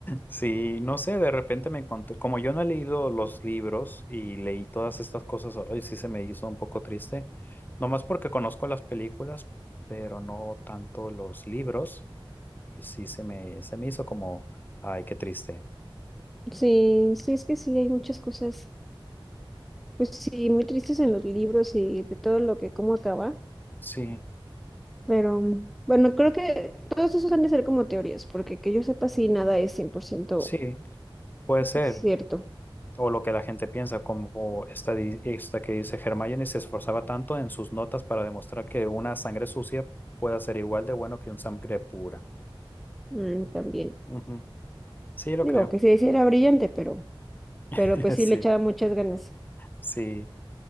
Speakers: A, on the left (about 20°); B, in the centre.
A: Sí, no sé, de repente me encontré, como yo no he leído los libros y leí todas estas cosas, hoy sí se me hizo un poco triste, nomás porque conozco las películas, pero no tanto los libros, y sí se me, se me hizo como, ay, qué triste.
B: Sí, sí, es que sí, hay muchas cosas, pues sí, muy tristes en los libros y de todo lo que, cómo acaba,
A: Sí,
B: pero mm, bueno, creo que todos esos han de ser como teorías, porque que yo sepa, sí, nada es 100%
A: sí, puede ser,
B: cierto,
A: o lo que la gente piensa, como esta, di- esta que dice Hermione se esforzaba tanto en sus notas para demostrar que una sangre sucia puede ser igual de bueno que un sangre pura.
B: Mm, también.
A: Ujú. Sí, lo
B: Digo,
A: creo,
B: que sí, sí era brillante, pero,
A: <laughs>
B: pero pues sí
A: sí.
B: le echaba muchas ganas.
A: Sí,